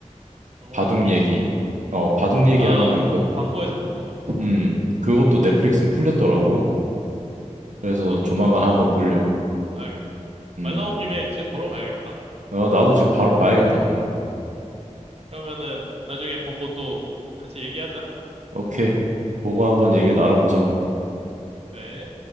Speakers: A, on the right (about 55°); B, on the right (about 80°).
A: 어,
B: 바둑
A: 그런 게
B: 얘기.
A: 있었구나.
B: 어, 바둑 얘기하는
A: 아,
B: 거 있거든.
A: 광고에서 본 것 같아.
B: 음. 그것도 넷플릭스에 풀렸더라고. 그래서
A: 나도
B: 조만간
A: 그거
B: 한번 보려고.
A: 봐야겠다.
B: 음.
A: 말 나온 김에 지금 보러 가야겠다.
B: 어, 나도 지금 바로 봐야겠다 그러면.
A: 어. 그러면은 나중에 보고 또 같이 얘기하자.
B: 오케이. 보고 한번 얘기를 나눠보자고.
A: 네.